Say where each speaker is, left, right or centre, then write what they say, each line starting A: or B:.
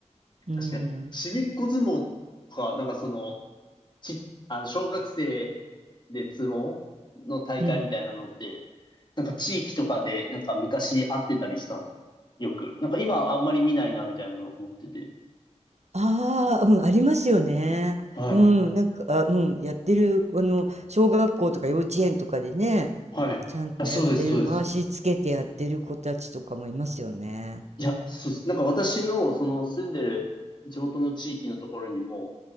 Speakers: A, on the right; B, on the left.
A: うん、
B: 確かに。ちびっこ相撲とか、なんかその、ち、あの、小学生で相撲の大会みたいなのって、
A: うん。
B: なんか地域とかで、なんか昔会ってたりしたの。よく。なんか今あんまり見ないな、みたいなの思ってて。
A: ああ、うん、ありますよね。
B: はい。
A: うん、なんか、あ、うん、やってる、あの、小学校とか幼稚園とかでね、
B: はい。
A: ちゃんとやってる、
B: あ、そうです、そうです。
A: 回しつけてやってる子たちとかもいますよね。
B: いや、そうです。なんか私の、その住んでる地元の地域のところにも、